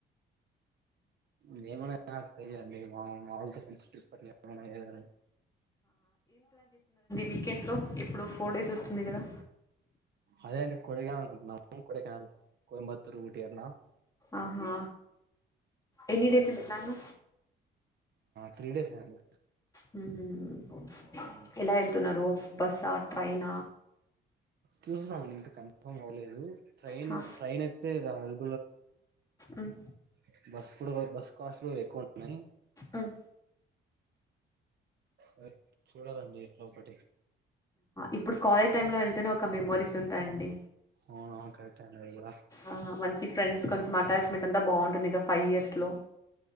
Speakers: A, on the right; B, on the left.
A: మేమన్నా నాకు తెలియాలీ మా మా వాళ్ళతో సెన్సిటిప్ పని ఏమైన్నా
B: వీకెండ్లో ఇప్పుడు ఫోర్ డేస్ వస్తుంది కదా
A: అదే అండి కొడిగనల్ కొడై కెనాల్ కోయమ్బత్తూరు ఊటి అట్లా
B: ఆహా ఎన్ని డేస్
A: అది
B: ఉంది ప్లాను
A: త్రీ డేస్ ఏ అండి
B: హ
A: ఉమ్,
B: ఎలా వెళ్తున్నారు బస్సా పైన
A: చూస్తున్నాాము ఇంక కన్ఫర్మ్ అవలేదు ట్రెయిన్
B: హా,
A: ట్రెయిన్ ఎత్తే రాల్
B: మ్,
A: <unintelligible> బస్ కూడా బస్కు అస్వే కొన్నా
B: ఉం
A: ఆ, చూడాలండి ఎట్లా ఒకటి
B: ఇప్పుడు కాలేజ్ టైమ్ లో వెళ్ అని ఒక మెమోరీస్ ఉంటాయండి
A: అవునవును కరెక్ట్ఏ అండి ఇగ
B: ఆ మంచి ఫ్రెండ్స్ కొంచెం అటాచ్మెంట్ అంతా బాగుంటుంది ఇక ఫైవ్ ఇయర్స్ లో